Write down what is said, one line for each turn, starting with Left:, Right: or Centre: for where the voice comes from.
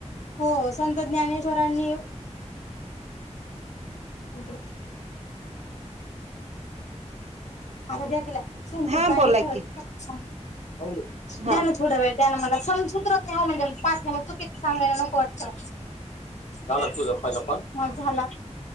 Left: हो संत ज्ञानेश्वरांनी हो का माझा्याटला सतने
Right: हा बोला की हा
Left: थोड वेळ द्या ना मला समज सूदरत नाही हो म्हणजे पाटण्या मग चुकीच सांगायला नको वाटतं झाला तुझ पहिला पण माज झाला